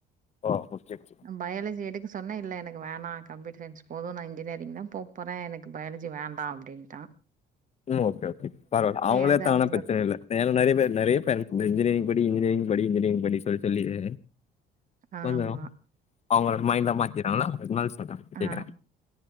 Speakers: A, on the left; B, on the right.
A: அ ஓகே ஓகே
B: பயாலஜி எடுக்க சொன்ன இல்ல எனக்கு வேணா கம்ப்யூட்டர் சயின்ஸ் போது நா இன்ஜினியரிங் தா போற எனக் பயாலஜி வேண்டா அப்டின்ட்டா
A: ம் ஓகே ஓகே பறவால அவுங்களே
B: அது
A: எத்தாங்னா
B: அவங்களோட
A: பிரச்சன இல்ல <unintelligible> நறைய பேர் நறைய பேர் இந்த இன்ஜின்யரிங் படி இன்ஜினியரிங் படி இன்ஜினியரிங் படி சொல்லி சொல்லியே
B: ஆமா.
A: கொஞ்சோ அவுங்களோட மைண்டாலா மாத்திறாங்களா அதனால சொல்ற கேக்கற
B: ஆ